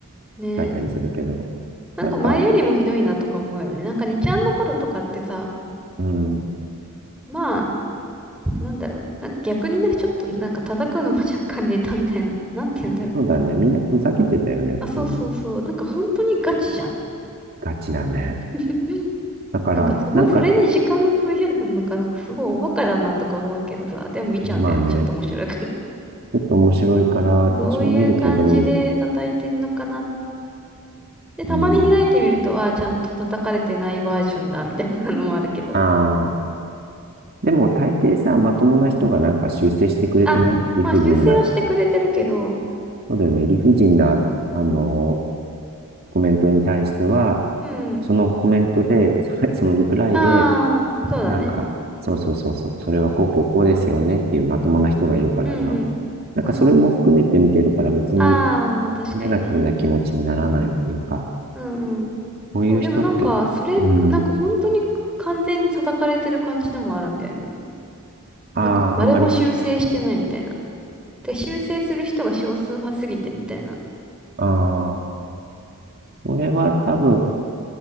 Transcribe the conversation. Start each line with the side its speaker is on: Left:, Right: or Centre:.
Centre: ね。
Right: 書いたりするけど、
Centre: なんか前よりもひどいなとか思うよね。
Right: なんか、
Centre: なんかにちゃんの頃とかってさ、
Right: うん、
Centre: まあ、なんだろう。なんか逆になんかちょっとなんか叩くのも若干ネタみたいな。なんて言うんだろう。
Right: そうだね。みんなふざけてたよね、
Centre: あ、そうそうそう。
Right: 普通に。
Centre: なんか本当にガチじゃん。
Right: ガチだね。
Centre: <laughs> うん
Right: だから、
Centre: なんかその、
Right: なんか、
Centre: それに時間を費やすのか、なんかすごいおバカだなとか思うけどさ、でも見ちゃうんだよね。
Right: まあね、
Centre: ちょっと面白いから。
Right: ちょっと面白いから多少見るけど、
Centre: <laughs> どういう感じで叩いてんのかなっで、たまに開いてみると、
Right: うん、
Centre: ああ、ちゃんと叩かれてないバージョンだ、みたいなのもあるけど。
Right: ああ、でも大抵さ、まともな人がなんか修正してくれてない理不尽な。
Centre: あ、まあ修正はしてくれてるけど、
Right: そうだよね。理不尽な、あのコメントに対しては、
Centre: うん。
Right: そのコメントで、<laughs> さそのリプライで、
Centre: ああ、そうだね。
Right: なんか、そうそうそうそう、それはこうこうこうですよねっていうまともな人がいるからさ、
Centre: うんうん。
Right: なんかそれも含めて見てるから別に
Centre: そうそう。ああ、まあ確かにね。
Right: ネガティブな気持ちにならないっていうか、
Centre: うんうん。
Right: こういう人って、
Centre: そう、でもなんか、それ、
Right: うん、
Centre: なんか本当に完全に叩かれてる感じのもあるんだよね。
Right: ああ、
Centre: なんかもう誰も修正してないみたいな。
Right: あんまり、
Centre: で、修正する人が少数派すぎてみたいな。
Right: ああ、これは多分